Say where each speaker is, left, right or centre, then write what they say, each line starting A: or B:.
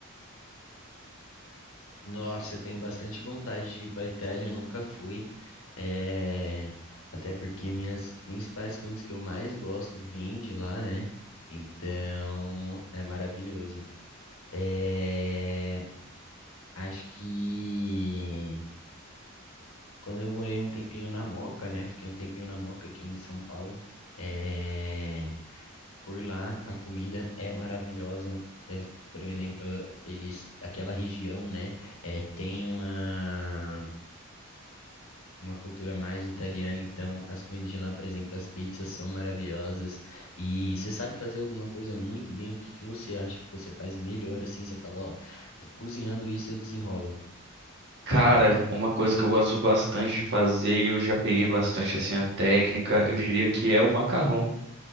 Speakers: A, on the left; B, on the right.
A: Nossa, eu tenho bastante vontade de ir para Itália, eu nunca fui. É, Até porque minhas principais comidas que eu mais gosto vêm de lá, né? Então é maravilhoso. É, Acho que quando eu morei um tempinho na Moca, né? Fiquei um tempinho na Moca aqui em São Paulo. é, Por lá a comida é maravilhosa. É, Por exemplo, eles, aquela região, né? é, tem uma uma cultura mais italiana, então as comidas de lá, por exemplo, as pizzas são maravilhosas. E você sabe fazer alguma coisa muito bem, o que que você acha que você faz melhor assim? Você fala, ó, cozinhando isso eu desenrolo.
B: Cara, uma coisa que eu gosto bastante de fazer e eu já peguei bastante assim a técnica, eu diria que é o macarrão.